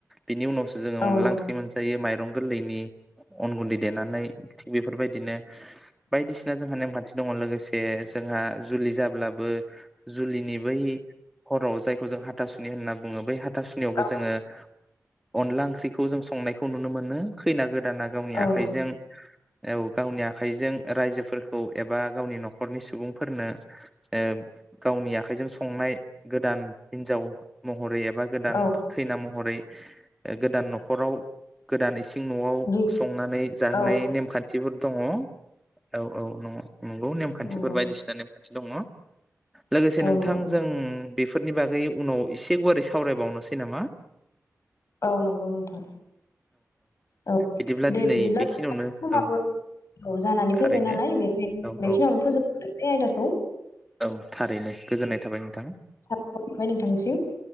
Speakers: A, in the centre; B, on the left.
A: बिनि उनाव जोङो
B: औ
A: अनला
B: नंगौ
A: ओंख्रि मोनजायो माइरं गोरलैनि अन गुन्दै देनानै थिग बेफोर बायदिनो बायदिसिना जोंहा नेमखान्थि दङ। लोगोसे जोंहा जुलि जाब्लाबो जुलिनि बै हराव जायखौ जों हाथासुनि होनना बुङो बै हा थासुनियावबो
B: औ
A: जोङो अनला ओंख्रिखौ जों संनायखौ नुनो मोनो खैना गोद दाना गावनि
B: औ
A: आखाइजों
B: नंगौ
A: औ गावनि आखाइजों रायजोफोरखौ एबा गावनि नखरनि सुबुंफोरनो ओ गावनि आखाइजों संनाय गोदान हिनजाव महरै एब बा गोदान
B: औ
A: खैना म महरै गोदान नखराव गोदान इसे इसिं न'आव
B: गिबि
A: संनानै जाहोनाय
B: औ
A: नेमखान्थिफोर दङ। औ औ नंङ। नंगौ नेमखान्थिफोर
B: नंगौ
A: बायदिसिना नेम खाथि दङ। लोगोसे
B: औ
A: नोंथांजों
B: नंगौ
A: बेफोरनि बागै उनाव एसे गुवारै सावरायबावनोसै नामा?
B: औ नंगौ नोंथां। औ
A: बिदिब्ला
B: दे
A: दिनै
B: बिदिब्ला
A: बेखिनियावनो
B: जों समाबो
A: औ
B: औ जानानै
A: थारैनो
B: फैबाय नालाय बेखायनो
A: औ
B: बेखिनियावनो
A: औ
B: फोजोबनो बे आइदाखौ
A: औ थारैनो गोजोननाय थाबाय नोंथां
B: साबायखर थाबाय नोंथांनिसिम।